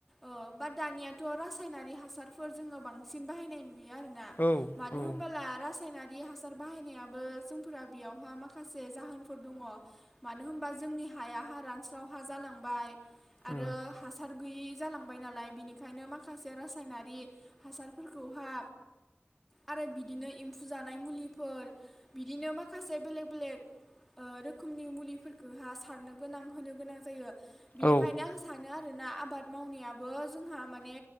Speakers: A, in the centre; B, on the left (about 50°).
A: ओ बाट दानियाथ' रासायनारि हासारफोर जोङो बां सिनबाहायनाय नुयो आरोना
B: औ
A: मानो
B: ओ
A: होनबोला रासायनारि बे हासार बाहायनायाबो जोंफोरा बेयावहा माखासे जाहोनफोर दङ मानो होनबा जोंनि हाया हा रानस्राव हा जालांबाय आरो
B: औ
A: हासार गैयि जालांबाय नालाय बिनि ओंखायनो माखासे रासायनारि बे हासारफोरखौहा आरो बिदिनो एम्फु जानाय मुलिफोर बिदिनो माखासे बेलेग बेलेग ओ रोखोमनि मुलिफोरखौ हा सारनो गोनां होनो गोनां जायो। बिनिखायनो
B: औ
A: आं सानो आरो ना आबाद मावनायाबो जोंहा माने